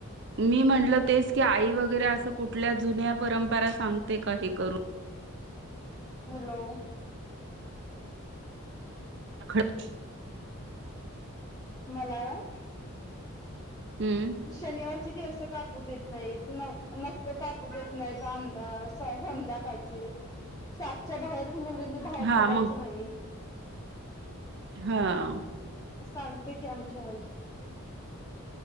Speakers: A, on the right; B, on the left.
A: मी म्हणलं तेच की आई वगैरे असं कुठल्या जुन्या परंपरा सांगते का हे करू
B: हॅलो.
A: खरचं
B: मला व्हय,
A: हम्म
B: शनिवारची केस काप पू देत नाहीत, न नक्क कापू देत नाही अंदा संध्याकाळची. सातच्या बाहेर मुलींनी बाहेर
A: हा
B: पडायचं
A: मग
B: नाही.
A: हां.
B: सांगते की आमची आई.